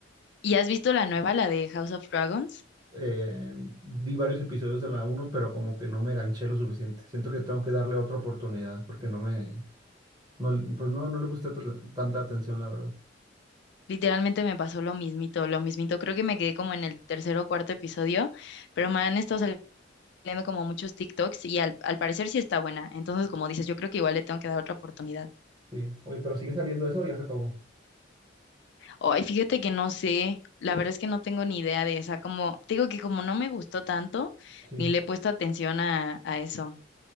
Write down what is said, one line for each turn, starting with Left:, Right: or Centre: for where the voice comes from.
Left: ¿Y has visto la nueva, la de House of Dragons?
Right: Eh, vi varios episodios de la uno pero como que no me ganché lo suficiente. Siento que tengo que darle otra oportunidad porque no me, no, le- pues no, no le puse tata- tanta atención, la verdad.
Left: Literalmente me pasó lo mismito, lo mismito. Creo que me quedé como en el tercer o cuarto episodio, pero me han estado saliendo como muchos TikToks y al, al parecer sí está buena. Entonces, como dices, yo creo que igual le tengo que dar otra oportunidad.
Right: Sí. Oye, pero sigue saliendo eso o ya se acabó.
Left: Ay, fíjate que no sé, la verdad es que no tengo ni idea de esa. Como, te digo que como no me gustó tanto,
Right: Sí,
Left: ni le he puesto atención a, a eso.